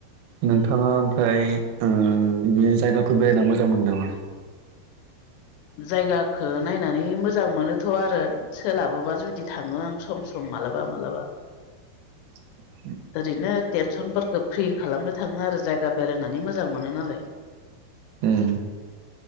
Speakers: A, on the right; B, on the left.
A: नोंथाङा ओमफ्राय ओ बे जायगाफोर बेरायना मोजां मोनो नामा
B: जायगाखो नायनानै मोजां मोनो थ' आरो सोलाबोबा जुदि थाङो आं सम सम मालाबा मालाबा
A: लांदां
B: ओरैनो टेनसनफोरखौ फ्रि खालामनो थाङो आरो जायगा बेरायनानै मोजां मोनो नालाय
A: ओम